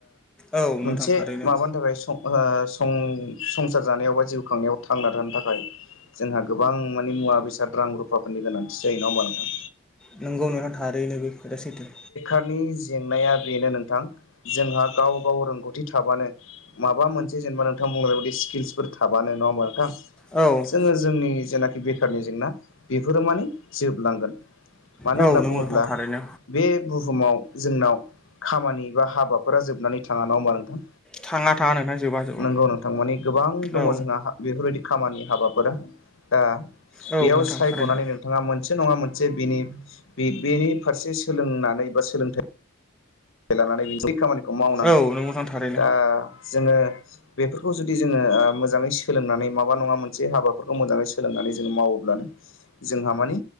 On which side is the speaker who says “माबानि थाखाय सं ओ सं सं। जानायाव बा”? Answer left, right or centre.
Left